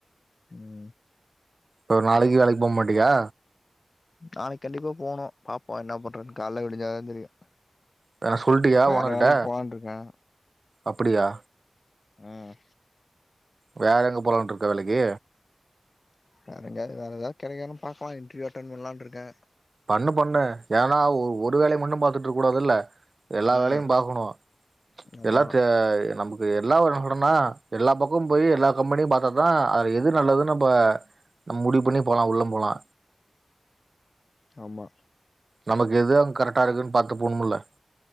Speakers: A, on the left; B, on the right.
A: ம்
B: ஒரு நாளைகி வேலைக் போம்மாட்டிகா
A: நாளைக் கண்டிப்பா போணு பாப்போ என்னாப் பண்றன்னு கால்ல விடிஞ்சாதா தெரியு
B: வேன சொல்ட்டியா
A: வேற
B: ஓனருட்ட
A: வேலைக்கு போலான்ட்டு இருக்கே
B: அப்புடியா
A: ம்
B: வேற எங்க போலான்ட்ருக்க வேலக்கி
A: வேறெங்கியாது வேறெதாத் கெடைக்கிதானு பாக்கலா இன்ட்ரியூ அட்டன் பண்லான்ருக்கே
B: பண்ணு பண்ணு ஏனா ஒ ஒரு வேலைய மட்டும் பாத்துட்ருக் கூடாதுல்ல எல்லா
A: ம்
B: வேலையும் பாக்கணு
A: ஆமா
B: எல்லாத்தே நமக்கு எல்லா <unintelligible> எல்லாப் பக்கமும் போயி எல்லா கம்பெனியும் பாத்தாதா அத் அ எது நல்லதுன் நம்ப நம் முடிவு பண்ணி போலா உள்ளம்போலா
A: ஆமா
B: நமக்கு எது அங் கரெட்டா இருக்குன் பாத்து போணுமுல்ல